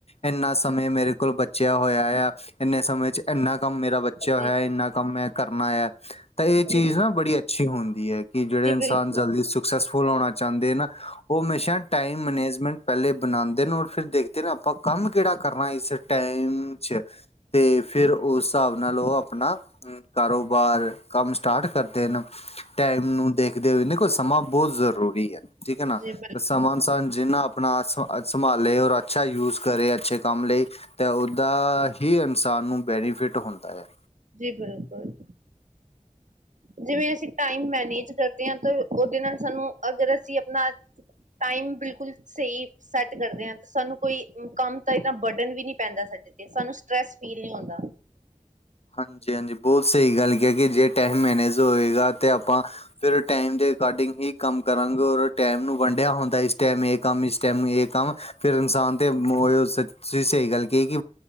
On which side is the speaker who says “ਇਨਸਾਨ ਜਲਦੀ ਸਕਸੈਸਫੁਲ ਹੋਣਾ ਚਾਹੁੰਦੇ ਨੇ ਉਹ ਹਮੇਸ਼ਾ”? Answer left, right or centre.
Left